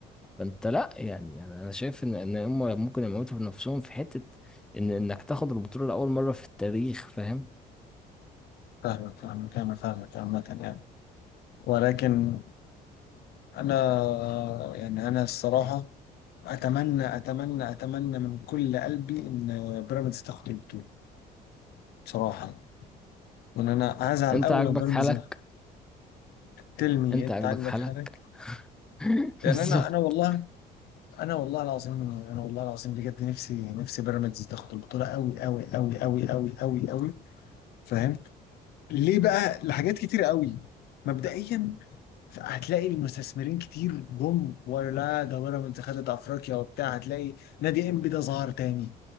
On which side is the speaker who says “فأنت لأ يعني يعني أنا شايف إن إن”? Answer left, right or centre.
Centre